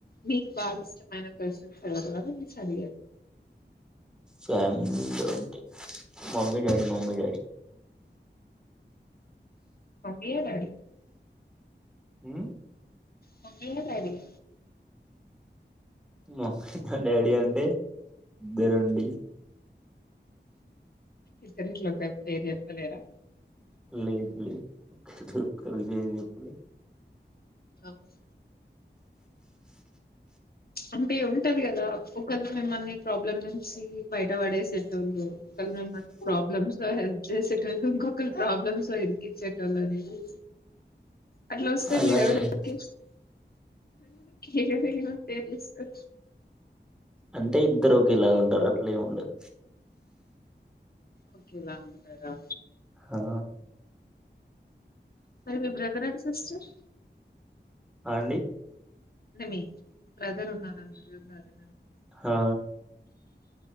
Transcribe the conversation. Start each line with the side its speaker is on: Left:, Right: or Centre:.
Left: మీకు బాగా ఇష్టమైన పర్సన్స్ ఎవరు వల్ల మీరు చదివరు.
Centre: ఫ్యామిలీలో అంటే మమ్మీ, డాడీ మమ్మీ, డాడీ.
Left: మమ్మియ డాడీ.
Centre: ఉమ్
Left: మమ్మీయ, డాడీయ.
Centre: మామ్మ డాడీ అంటే ఇద్దరండి.
Left: ఇద్దరిట్లో ఒకరి పేరు చేప్పలేరా.
Centre: లేదు లేదు ఒకరి పేరు చెప్పలేం.
Left: ఆహ్ అంటే ఉంటది కదా ఒకళ్ళు మిమ్మల్ని ప్రాబ్లం నుంచి బయట పడేసేటోళ్ళు. ఒకళ్ళ మిమ్మల్ని ప్రాబ్లమ్స్ హెల్ప్ చేసేటోళ్ళు. ఇంకొకరు ప్రాబ్లమ్స్ లో ఇరికిచ్చేటోళ్ళు అనేసి. అట్లా వస్తే
Centre: అలా
Left: మీరెవరెవరికి
Centre: ఏం-
Left: ఎవరెవరికి. <unintelligible> పేర్లిస్త
Centre: అంటే ఇద్దరు ఒక ఇలాగ ఉంటారు అట్లే ఏమి ఉండదు
Left: ఒకగలా ఉంటారా
Centre: హా
Left: సరే మీ బ్రదర్ సిస్టర్
Centre: అండి
Left: అంటే మీ బ్రదర్ ఉన్నార మీరుఉన్నారా
Centre: ఆ